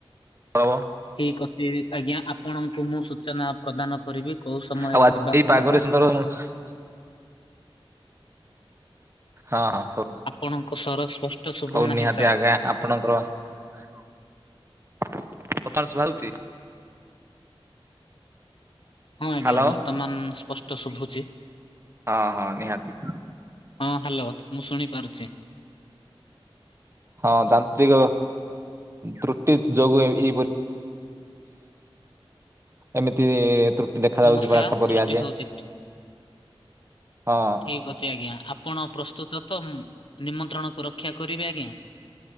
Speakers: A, on the right; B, on the left.
A: ହବ
B: ଠିକ ଅଛି ଆଜ୍ଞା ଆପଣଙ୍କୁ ମୁଁ ସୂଚନା ପ୍ରଦାନ କରିବି କୋଉ ସମୟରେ
A: ଆଉ ଆଜି
B: ଯିବାକୁ
A: ଏଇ
B: ହବ।
A: <unintelligible> ହଁ, ହଁ ହଉ,
B: ଆପଣଙ୍କ ସ୍ୱର ସ୍ପଷ୍ଟ ଶୁଭୁ
A: ହଉ
B: ନାହିଁ
A: ନିହାତି
B: ସାର୍।
A: ଆଜ୍ଞା ଆପଣଙ୍କର କଥାରା ଶୁଭାଯାଉଛି?
B: ହଁ, ଆଜ୍ଞା
A: ହ୍ୟାଲୋ
B: ବର୍ତ୍ତମାନ ସ୍ପଷ୍ଟ ଶୁଭୁଛି।
A: ହଁ, ହଁ ନିହାତି।
B: ହଁ, ହ୍ୟାଲୋ ମୁଁ ଶୁଣିପାରୁଛି।
A: ହଁ, ଯାନ୍ତ୍ରିକ ତ୍ରୁଟି ଯୋଗୁ ଏହିପରି ଏମିତି ତୃପ୍ତି ଦେଖା
B: ସମସ୍ୟା
A: ଯାଉଛି ପରା କଣ କରିବା
B: ସୃଷ୍ଟି
A: ଯେ
B: ହଉଛି
A: ହଁ,
B: ଠିକ ଆଜ୍ଞା ଆପଣ ପ୍ରସ୍ତୁତ ତ ନିମନ୍ତ୍ରଣକୁ ରକ୍ଷା କରିବେ ଆଜ୍ଞା!